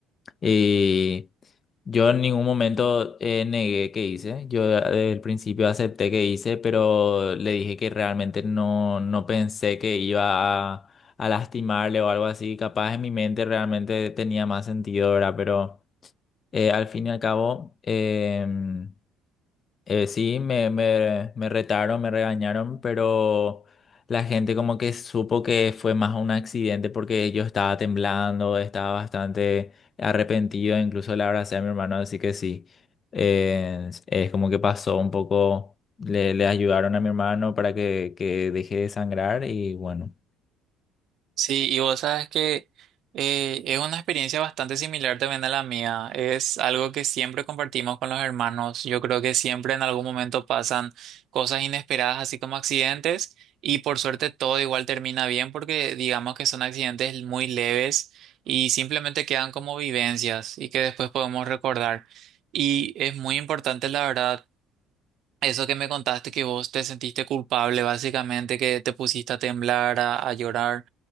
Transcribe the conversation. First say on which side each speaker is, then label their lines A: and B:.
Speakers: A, on the left (about 45°); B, on the right (about 65°).
A: Y yo en ningún momento eh, negué que hice. Yo desde el principio acepté que hice, pero le dije que realmente no, no pensé que iba a, a lastimarle o algo así. Capaz en mi mente realmente tenía más sentido, ¿verdad? Pero eh, al fin y al cabo. em, eh, sí, me, me, me retaron, me regañaron, pero la gente como que supo que fue más un accidente porque yo estaba temblando, estaba bastante arrepentido, incluso le abracé a mi hermano, así que sí, eh, es como que pasó un poco, le, le ayudaron a mi hermano para que, que deje de sangrar y bueno,
B: Sí, y vos sabes que eh, es una experiencia bastante similar también a la mía. Es algo que siempre compartimos con los hermanos. Yo creo que siempre en algún momento pasan cosas inesperadas, así como accidentes, y por suerte todo igual termina bien porque digamos que son accidentes muy leves y simplemente quedan como vivencias y que después podemos recordar. Y es muy importante, la verdad. Eso que me contaste, que vos te sentiste culpable, básicamente, que te pusiste a temblar, a a llorar.